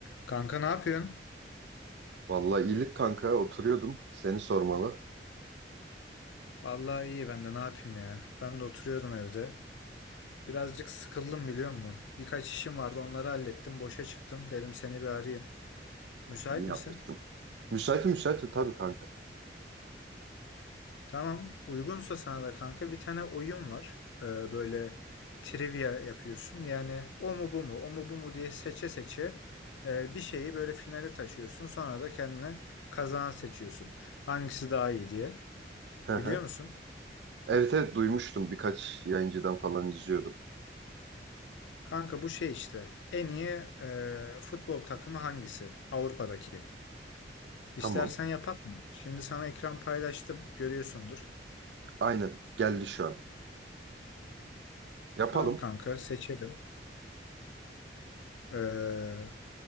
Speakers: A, on the left; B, on the right.
A: Kanka ne yapıyorsun?
B: Vallahi iyilik kanka oturuyordum. Seni sormalı.
A: Vallahi iyi ben de ne yapayım ya. Ben de oturuyordum evde. Birazcık sıkıldım biliyor musun? Birkaç işim vardı onları hallettim. Boşa çıktım. Dedim seni bir arayayım. Müsait
B: İyi yapmıştım.
A: misin?
B: Müsaitim müsaitim tabii kanka.
A: Tamam. Uygunsa sana da kanka bir tane oyun var. Ee, böyle trivia yapıyorsun. Yani o mu bu mu? O mu bu mu diye seçe seçe e, bir şeyi böyle finale taşıyorsun. Sonra da kendine kazanan seçiyorsun. Hangisi daha iyi diye.
B: Hı hı.
A: Biliyor musun?
B: Evet evet duymuştum. Birkaç yayıncıdan falan izliyordum.
A: Kanka bu şey işte en iyi e, futbol takımı hangisi Avrupa'daki?
B: Tamam.
A: İstersen yapak mı? Şimdi sana ekran paylaştım görüyorsundur.
B: Aynen geldi şu an. Yapalım.
A: Tamam kanka seçelim. E,